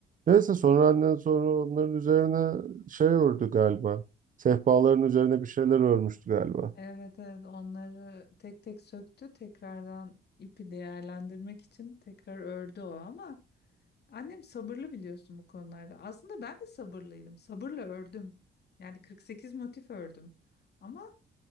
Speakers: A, on the right; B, on the left.
A: Neyse sonra annen sonra onların üzerine şey ördü galiba. Sehpaların üzerine bir şeyler örmüştü galiba.
B: Evet evet onları tek tek söktü. Tekrardan ipi değerlendirmek için tekrar ördü o ama annem sabırlı biliyorsun bu konularda. Aslında ben de sabırlıydım. Sabırla ördüm. Yani 48 motif ördüm. Ama